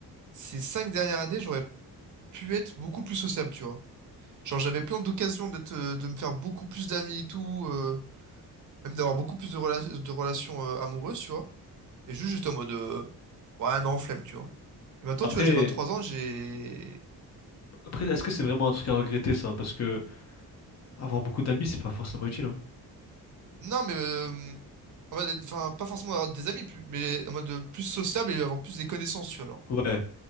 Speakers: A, on the right; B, on the left.
A: ces cinq dernières années, j'aurais pu être beaucoup plus sociable, tu vois. Genre, j'avais plein d'occasions d'être, euh, de me faire beaucoup plus d'amis et tout, euh, même d'avoir beaucoup plus de, rela- de relations euh, amoureuses, tu vois. Et juste, j'étais en mode, euh, ouais, non, flemme, tu vois. Et maintenant,
B: Après,
A: tu vois, j'ai vingt trois ans, j'ai
B: après, est-ce que c'est vraiment un truc à regretter, ça? Parce que avoir beaucoup d'amis, c'est pas forcément utile, hein.
A: Non, mais euh, en mode euh, enfin, pas forcément avoir des amis, plus- mais en mode euh, plus sociable et avoir plus des connaissances, tu vois, genre.
B: Ouais.